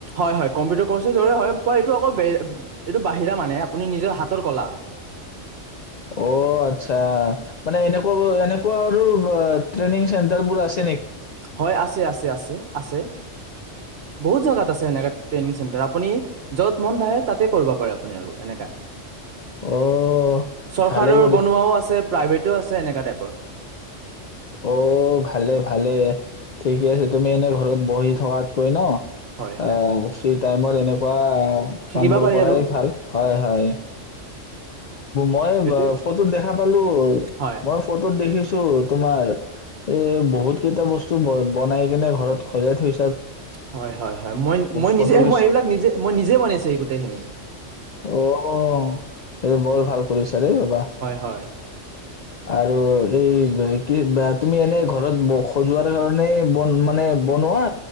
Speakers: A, on the right; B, on the left.
A: হয় হয় কম্পিটাৰ কৰ্ছৰ দৰেই হয় এইটো অকল এইটো বাহিৰা মানে আপুনি নিজৰ হাতৰ ক'লা
B: অ' আচ্ছা। মানে এনেকোৱা এনেকোৱা আৰু ট্ৰেইনিং চেন্টাৰবোৰ আছ
A: হয় আছে আছে আছে আছে বহুত জাগাত আছে এনেকোৱা ট্ৰেইং চেণ্টাৰ আপুনি যত মন আহে তাতে কৰিব পাৰে আপুনি আৰু এনেকা
B: অ'
A: চৰকাৰৰ
B: ভালে কৰি
A: বনোৱাও আছে প্ৰাইভেট টো আছে এনেকা টাইপৰ
B: অ ভালে ভালে ঠিকে আছে তুমি এনেই ঘৰত বহি থকাতকৈ ন
A: হয় হয়
B: আও ফিৰিত টাইমত এনেকুৱা
A: শিকিব
B: কাম বোৰ
A: পাৰি
B: কৰাই
A: আৰু
B: ভাল হয় -হয় মই
A: সেইটোৱে
B: ফটোত দেখা পালো
A: হয়
B: মই ফটোত দেখিছো তোমাৰ এ বহুত কেইটা বস্তু ব বনাই কিনে ঘৰত খজাই থৈ
A: হয় -হয় - হয় মই -মই
B: ফটো
A: নিজে
B: কিছু
A: মই এইবিলাক নিজে মই নিজে বনাইছো গোটেই খিনি
B: অ', এইটো বৰ ভাল কৰিছ আৰে বাবা
A: হয়
B: ত এই বহিক ত কি বা তুমি এনে ঘৰত সজোৱাৰ কাৰণে বন মানে বনোৱা